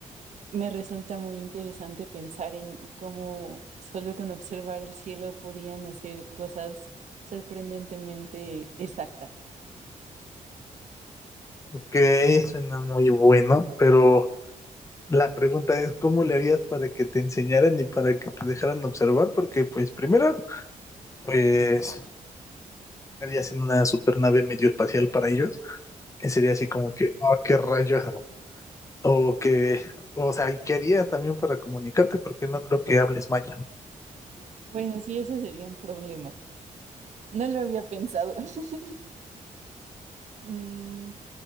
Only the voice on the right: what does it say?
me resulta muy interesante pensar en cómo solo con observar el cielo podían hacer cosas sorprendentemente exactas.
Bueno, sí, ese sería un problema. No lo había pensado. <laughs> Mm,